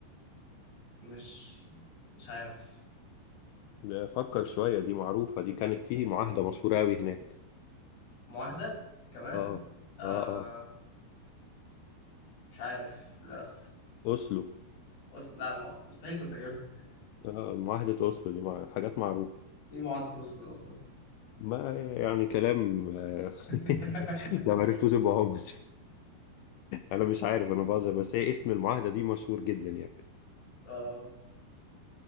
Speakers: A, on the left; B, on the left.
A: مش مش عارف
B: ده فكر شوية دي معروفة دي كانت فيه معاهدة مشهورة قوي هناك
A: معاهدة كمان
B: اه
A: آه
B: اه اه
A: مش عارف للأسف
B: أوسلو
A: أصل لا ما- مستحيل كنت أجيبها
B: آه معاهدة أوسلو دي مع... حاجات معروفة
A: إيه معاهدة أوسلو أصلا
B: ما يعني كلام آه،
A: <laughs>
B: <laughs> لو عرفتوه تبقى عمر انا مش عارف انا بهزر بس هي اسم المعاهده دي مشهور جدا يعني
A: آه